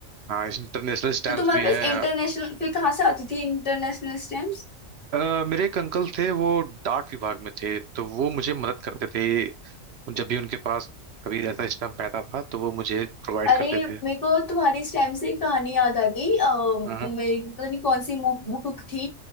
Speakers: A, on the right; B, on the left.
A: हाँ इंटरनेशनल स्टैम्प्स
B: तो तुम्हारे
A: भी
B: पास
A: हैं
B: इंटरनेशनल फिर कहाँ से आती थी इंटरनेशनल स्टैम्प्स
A: अ, मेरे एक अंकल थे वो डाक विभाग में थे तो वो मुझे मदद करते थे जब भी उनके पास कभी ऐसा स्टैम्प पैदा था तो वो मुझे प्रोवाइड
B: अरे
A: करते
B: मेरे
A: थे
B: को तुम्हारी स्लैम से एक कहानी याद आ गई अ,
A: हम्म
B: मेरी पता नहीं कौन सी बुक थी